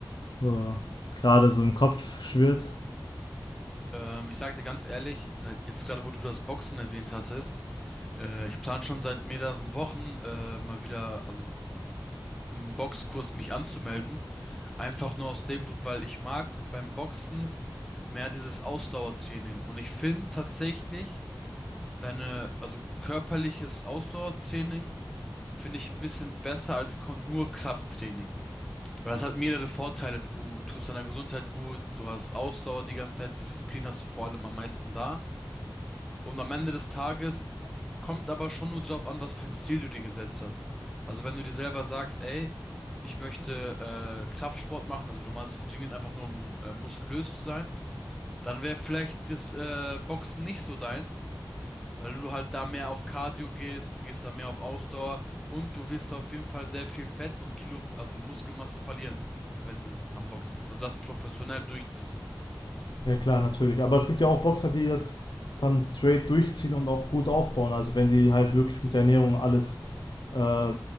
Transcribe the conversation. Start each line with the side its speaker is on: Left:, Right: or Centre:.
Left: so gerade so im Kopf schwirrt?
Centre: Ähm, ich sag dir ganz ehrlich, seit jetzt gerade, wo du das Boxen erwähnt hattest, äh, ich plane schon seit mehreren Wochen äh, mal wieder, also einen Boxkurs mich anzumelden. Einfach nur aus dem Grund, weil ich mag beim Boxen mehr dieses Ausdauertraining. Und ich finde tatsächlich, Deine, also körperliches Ausdauertraining finde ich ein bisschen besser als kon- nur Krafttraining. Weil das hat mehrere Vorteile. Du tust deiner Gesundheit gut, du hast Ausdauer die ganze Zeit, Disziplin hast du vor allem am meisten da. Und am Ende des Tages kommt aber schon nur drauf an, was für ein Ziel du dir gesetzt hast. Also wenn du dir selber sagst, ey, ich möchte äh, Kraftsport machen, also normal zum Gym gehen, einfach nur um äh, muskulös zu sein, dann wäre vielleicht das äh, Boxen nicht so deins. Weil du halt da mehr auf Cardio gehst, du gehst da mehr auf Ausdauer und du wirst auf jeden Fall sehr viel Fett und Kilo, also Muskelmasse verlieren, wenn du am Boxen bist und das professionell durchziehst.
Left: Ja, klar, natürlich. Aber es gibt ja auch Boxer, die das dann straight durchziehen und auch gut aufbauen. Also wenn die halt wirklich mit der Ernährung alles äh,